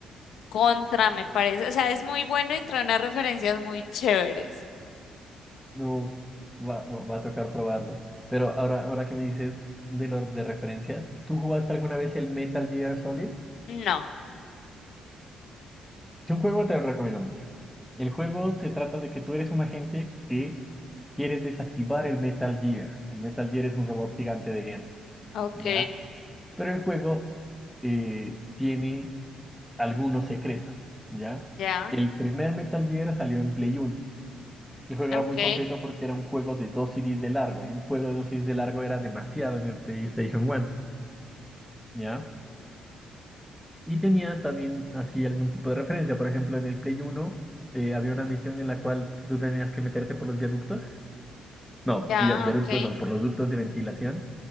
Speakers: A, on the left; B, in the centre.
A: Contra, me parece. O sea, es muy bueno y trae unas referencias muy chéveres.
B: Uf, va, va- va a tocar probarlo. Pero ahora, ahora que me dices de los de referencias, ¿tú jugaste alguna vez el Metal Gear Solid?
A: No.
B: Es un juego que te lo recomiendo mucho. El juego se trata de que tú eres un agente que quieres desactivar el Metal Gear. El Metal Gear es un robot gigante de guerra,
A: Ok,
B: ¿ya? Pero el juego eh, tiene algunos secretos, ¿ya?
A: ya,
B: El primer Metal Gear salió en Play Uno El juego
A: ok,
B: era muy completo porque era un juego de 2 CDs de largo y un juego de 2 CDs de largo era demasiado en el PlayStation 1, ¿ya? Y tenía también así algún tipo de referencia. Por ejemplo, en el Play Uno eh, había una misión en la cual tú tenías que meterte por los viaductos. No,
A: ya,
B: via- viaductos
A: ok,
B: no, por los ductos de ventilación.